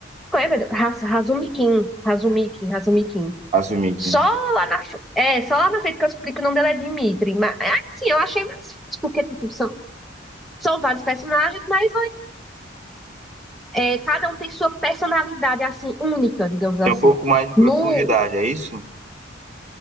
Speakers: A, in the centre; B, on the right.
A: como é, meu Deus? Raz- Razumikin, Razumikin, Razumikin.
B: Azumikin.
A: Só lá na, f- é, só lá na frente que eu explico o nome dela é Dimitri. Mas, assim, eu achei mais fácil, porque, tipo, são, São vários personagens, mas é, cada um tem sua personalidade, assim, única, digamos assim.
B: Tem um pouco mais de
A: No,
B: profundidade, é isso?